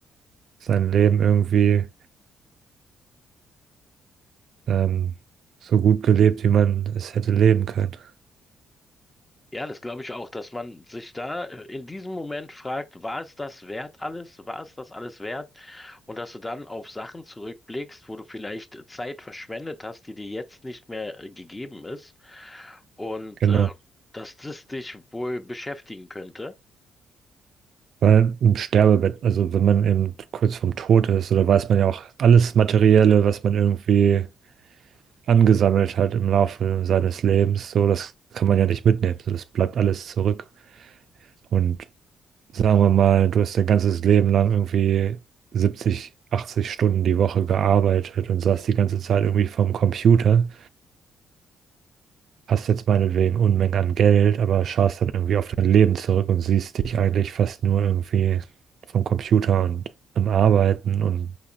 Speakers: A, on the right (about 60°); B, on the left (about 20°).
A: sein Leben irgendwie ähm, so gut gelebt, wie man es hätte leben können.
B: Ja, das glaube ich auch, dass man sich da äh, in diesem Moment fragt, war es das wert alles? War es das alles wert? Und dass du dann auf Sachen zurückblickst, wo du vielleicht Zeit verschwendet hast, die dir jetzt nicht mehr äh, gegeben ist. Und
A: Genau.
B: äh, dass das dich wohl beschäftigen könnte.
A: Weil im Sterbebett, also wenn man eben kurz vorm Tod ist, oder weiß man ja auch alles Materielle, was man irgendwie angesammelt hat im Laufe seines Lebens, so das kann man ja nicht mitnehmen. So, das bleibt alles zurück. Und sagen wir mal, du hast dein ganzes Leben lang irgendwie 70, 80 Stunden die Woche gearbeitet und saß die ganze Zeit irgendwie vorm Computer hast jetzt meinetwegen Unmengen an Geld, aber schaust dann irgendwie auf dein Leben zurück und siehst dich eigentlich fast nur irgendwie vom Computer und am Arbeiten und